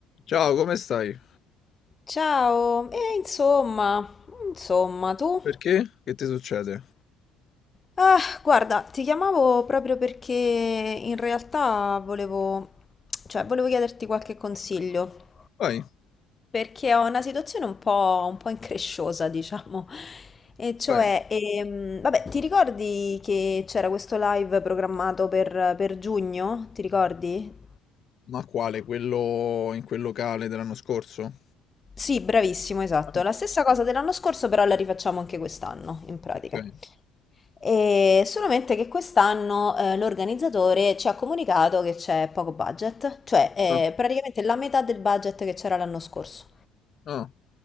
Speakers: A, on the left (about 50°); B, on the left (about 30°).
A: Ciao, come stai?
B: Ciao, e insomma, insomma, tu?
A: Perché? Che ti succede?
B: Ah, guarda, ti chiamavo proprio perché in realtà volevo, cioè, volevo chiederti qualche consiglio,
A: Vai,
B: perché ho una situazione un po', un po' incresciosa, diciamo. E cioè,
A: vai.
B: ehm, vabbè, ti ricordi che c'era questo live programmato per, per giugno? Ti ricordi?
A: Ma quale? Quello in quel locale dell'anno scorso?
B: Sì, bravissimo, esatto.
A: Ah,
B: La stessa cosa dell'anno scorso, però la rifacciamo anche quest'anno, in pratica.
A: ok.
B: E solamente che quest'anno eh, l'organizzatore ci ha comunicato che c'è poco budget, cioè eh,
A: Ah,
B: praticamente la metà del budget che c'era l'anno scorso.
A: ah.